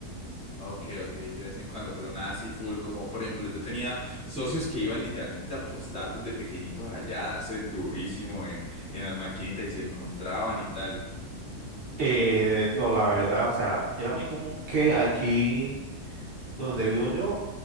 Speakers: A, in the centre; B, on the right.
A: Ok, ok, de vez en cuando, pero nada así full, como por ejemplo, yo tenía socios que iban literalmente a apostar desde pequeñitos allá, a darse durísimo en, en las maquinitas y se encontraban y tal.
B: Eh, no, la verdad, o sea, era muy común que aquí donde vivo yo,